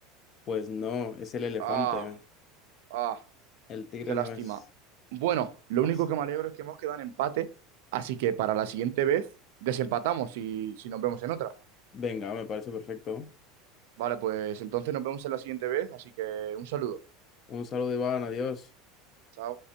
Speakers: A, on the left; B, on the right.
A: Pues no, es el elefante.
B: Ah, ah,
A: El tigre
B: qué lástima.
A: no es.
B: Bueno, lo
A: As.
B: único que me alegro es que hemos quedado en empate, así que para la siguiente vez desempatamos y si nos vemos en otra.
A: Venga, me parece perfecto.
B: Vale, pues entonces nos vemos en la siguiente vez, así que un saludo.
A: Un saludo, Iván, adiós.
B: Chao.